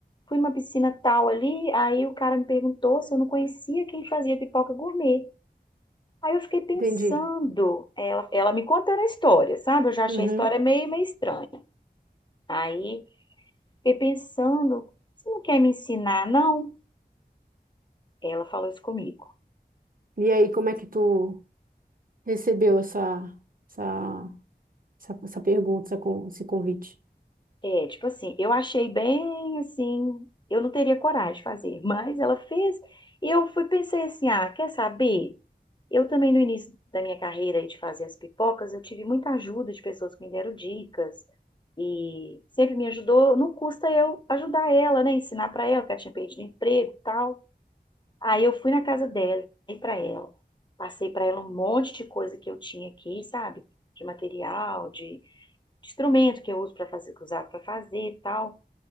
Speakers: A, on the left; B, on the right.
A: Fui numa piscina tal ali. Aí o cara me perguntou se eu não conhecia quem fazia pipoca gourmet. Aí eu fiquei pensando,
B: Entendi.
A: ela, ela me contando a história, sabe? Eu já achei
B: Uhum.
A: a história meio, meio estranha. Aí fiquei pensando, você não quer me ensinar, não? Ela falou isso comigo.
B: E aí, como é que tu recebeu essa, essa Essa, essa pergunta, essa con- esse convite.
A: É, tipo assim, eu achei bem assim, eu não teria coragem de fazer, <laughs> mas ela fez. E eu fui pensei assim, ah, quer saber? Eu também, no início da minha carreira aí de fazer as pipocas, eu tive muita ajuda de pessoas que me deram dicas e sempre me ajudou. Não custa eu ajudar ela, né? Ensinar pra ela, porque ela tinha perdido emprego e tal. Aí eu fui na casa dela, ensinei pra ela. Passei pra ela um monte de coisa que eu tinha aqui, sabe? De material, de, de instrumento que eu uso para fazer, que eu usava pra fazer e tal.